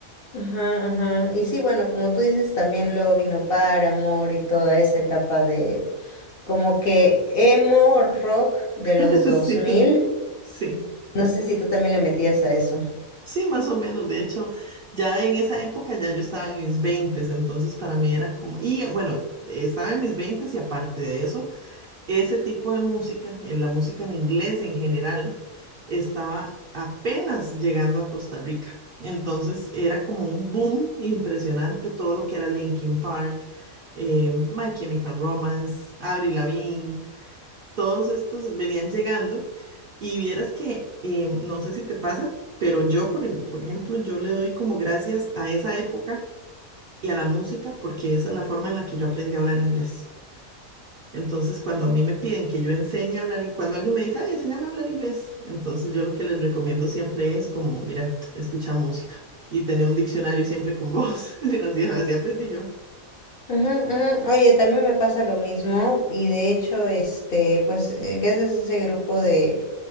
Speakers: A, on the left; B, on the right.
A: Ajá, ajá. Y sí, bueno, como tú dices, también luego vino Paramore y toda esa etapa de como que emo rock de los
B: <laughs>
A: dos
B: Sí,
A: mil
B: sí,
A: No sé si tú también le metías a eso.
B: sí, más o menos. De hecho, ya en esa época ya yo estaba en mis veintes, entonces para mí era como, y bueno, estaba en mis veintes y aparte de eso ese tipo de música, en la música en inglés en general, estaba apenas llegando a Costa Rica. Entonces era como un boom impresionante todo lo que era Linkin Park, eh, My Chemical Romance, Avril Lavigne, todos estos venían llegando. Y vieras que, eh, no sé si te pasa, pero yo, por, em- por ejemplo, yo le doy como gracias a esa época y a la música porque esa es la forma en la que yo aprendí a hablar inglés. Entonces, cuando a mí me piden que yo enseñe a hablar, cuando alguien me dice, ay, enséñame a hablar inglés, entonces yo lo que les recomiendo siempre es como, mira, escucha música y tener un diccionario siempre con vos. <laughs> Así, así aprendí yo.
A: Ujú, ujú. Oye, también me pasa lo mismo y de hecho, este, pues, eh, gracias a ese grupo de,